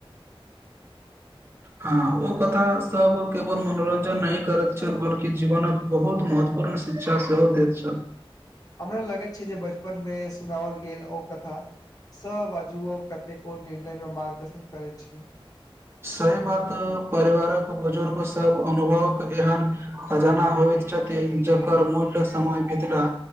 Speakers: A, on the right; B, on the left.
A: हँ ओ कथा सब केवल मनोरञ्जन नहि करैत छल बल्कि जीवनक बहुत महत्वपूर्ण शिक्षा सेहो दैत छल
B: हमरा लगैत छै जे बचपनमे सुनाओल गेल ओ कथा सह बाजूओ कतेको निर्णयमे मार्गदर्शन करैत छै
A: सही बात परिवारक बुजुर्गसभ अनुभवक एहन खजाना होइत छथिन जकर मूल्य समय बितला